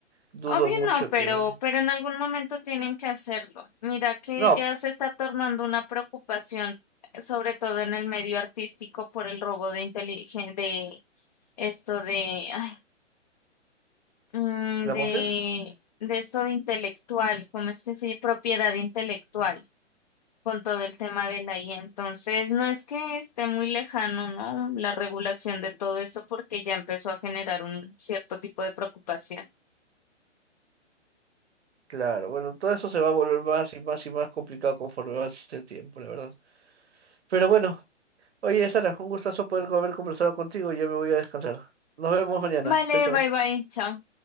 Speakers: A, on the right; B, on the left.
A: dudo
B: Obvio
A: mucho
B: no, pero,
A: que...
B: pero en algún momento tienen que hacerlo. Mira que
A: No,
B: ya se está tornando una preocupación, sobre todo en el medio artístico, por el robo de inteligen- de esto de, ay, mm,
A: ¿las
B: de,
A: voces?
B: de esto de intelectual, ¿cómo es que se dice? Propiedad intelectual.
A: Ah,
B: con todo el tema de la IA. Entonces, no es que esté muy lejano, ¿no? La regulación de todo esto porque ya empezó a generar un cierto tipo de preocupación.
A: Claro, bueno, todo eso se va a volver más y más y más complicado conforme avance el tiempo, la verdad. Pero bueno, Oye, Sara, un gustazo poder haber conversado contigo. Ya me voy a descansar. Nos vemos mañana.
B: Vale,
A: Chau, chau.
B: bye bye, chao.